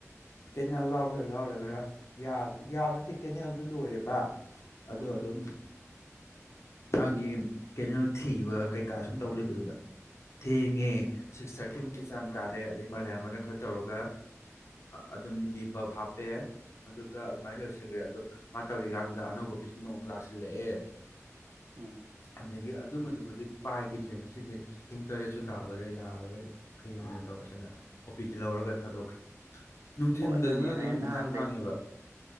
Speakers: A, on the left; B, on the right.
A: ꯀꯦꯅꯦꯜ ꯂꯥꯎꯒꯦꯔꯥ ꯂꯥꯎꯔꯒꯦꯔꯥ ꯌꯥ ꯅꯠꯇꯦ ꯀꯦꯅꯦꯜꯗꯨ ꯂꯣꯏꯔꯦꯕ ꯑꯗꯨ
B: ꯎꯝ
A: ꯑꯗꯨꯝ ꯃꯥꯒꯤ ꯀꯦꯅꯦꯜ ꯊꯤꯕ ꯀꯩꯀꯥ ꯁꯨꯝ ꯇꯧ ꯂꯩꯕꯗꯨꯗ ꯊꯦꯡꯉꯦ ꯁꯤꯛꯁ ꯊꯥꯔꯇꯤꯃꯨꯛꯀꯤ ꯆꯥꯡ ꯇꯥꯔꯦ ꯑꯗꯩ ꯃꯥꯂꯦꯝ ꯑꯃꯅ ꯈꯔ ꯇꯧꯔꯒ ꯑꯗꯨꯝ ꯗꯤ ꯄꯞ ꯍꯥꯞꯄꯦ ꯑꯗꯨꯒ ꯑꯗꯨꯃꯥꯏꯅ ꯂꯣꯏꯁꯤꯟꯈ꯭ꯔꯦ ꯑꯗꯣ ꯃꯥ ꯇꯧꯔꯤꯀꯥꯟꯗꯨꯗ ꯑꯅꯧꯕ ꯄꯦꯁꯟ ꯑꯃꯃꯨꯛ ꯂꯥꯛꯁꯤꯜꯂꯛꯑꯦ
B: ꯎꯝ
A: ꯑꯗꯒꯤ ꯑꯗꯨꯝꯕꯗꯨꯕꯨꯗꯤ ꯄꯥꯏꯈꯤꯗ꯭ꯔꯦ ꯉꯁꯤꯗꯤ ꯄꯨꯡ ꯇꯔꯦꯠꯁꯨ ꯇꯥꯗꯣꯏꯔꯦ ꯌꯥꯔꯔꯣꯏ ꯍꯌꯦꯡ ꯑꯣꯏꯅ ꯇꯧꯔꯁꯤꯅ ꯑꯣꯄꯤ ꯇ ꯂꯧꯔꯒ ꯊꯥꯗꯣꯛꯈꯤ ꯊꯤꯟꯗꯅ
B: ꯑꯣ ꯑꯗꯨꯅꯦ ꯑꯩꯅ
A: ꯑꯗꯨꯝ
B: ꯅꯍꯥꯟꯗꯩ
A: ꯏꯍꯥꯡ ꯍꯥꯡꯉꯦꯕ